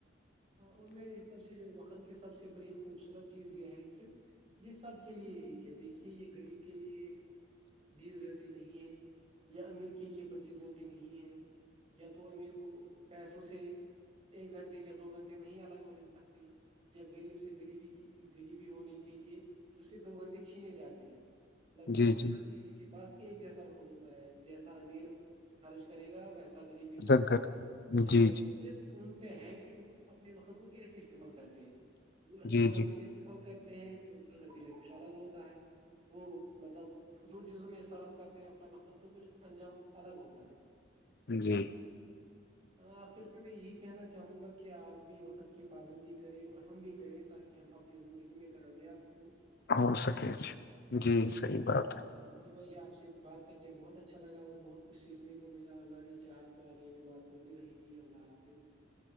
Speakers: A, on the right; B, on the left.
A: اور میرے حساب سے جو وقت کی سب سے بڑی خوبصورت چیز یہ ہے کہ یہ سب کے لیے ایک ہے دیکھیے یہ غریب کے لیے بیس گھنٹے نہیں ہے یا امیر کے لیے پچیس گھنٹے نہیں ہے یا تو امیر کو پیسوں سے ایک گھنٹے یا تو گھنٹے نہیں علاوہ مل سکتے ہیں یا غریب سے غریبی کی غریبی ہونے کے لیے اس سے دو گھنٹے چھینے جاتے ہیں لگ بھگ
B: جی جی
A: ہر کسی کے پاس ایک جیسا وقت ہوتا ہے جیسا امیر خرچ کرے گا ویسا غریب خرچ
B: زنکر
A: کرے گا یہ
B: جی
A: ج
B: جی
A: ان پہ ہے کہ وہ اپنے وقت کو کیسے استعمال کرتے ہیں وہ اچھے
B: جی
A: کاموں
B: جی
A: میں استعمال کرتے ہیں تو ان کا نتیجہ کچھ الگ ہوتا ہے وہ مطلب فضول چیزوں میں صرف کرتے ہیں اپنا وقت تو کچھ انجام الگ ہوتا ہے
B: جی
A: ہاں آخر پہ میں یہی کہنا چاہوں گا کہ کہ آپ بھی وقت کی پابندی کریں اور ہم بھی کریں تاکہ ہم اپنی زندگی میں کامیاب ہو
B: ہو سکے جی صحیح بات ہے
A: چلو جی بھائی آپ سے بات کر کے بہت اچھا لگا اور بہت کچھ سیکھنے کو ملا اللہ نے چاہا تو آگے بھی بات ہوتی رہے گی اللہ حافظ